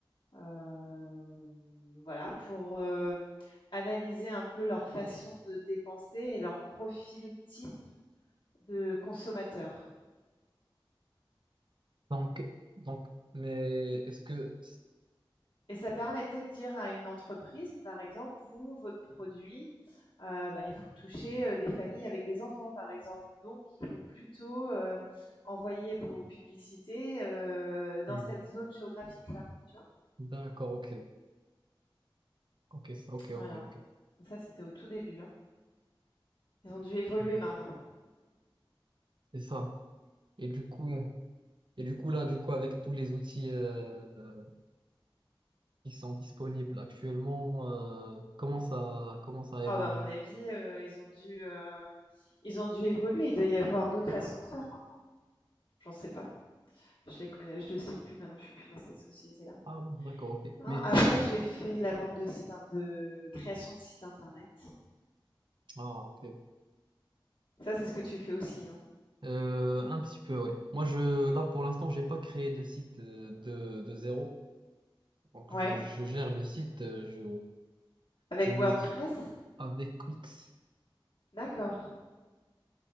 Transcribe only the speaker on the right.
Donc, donc, mais est-ce que...
Hmm.
D'accord, ok. Ok, ça- ok,
ok, ok.
Mhm.
C'est ça. Et du coup, et du coup là, du coup, avec tous les outils euh, euh, qui sont disponibles actuellement, euh, comment ça, comment ça a
évolué?
Ah bon, d'accord, ok.
Mais tu,
ah ok,
Euh, un petit peu, ouais. Moi, je, là, pour l'instant, j'ai pas créé de site euh, de, de zéro. Donc,
je, je gère le site, euh, je,
je modifie
avec Wix.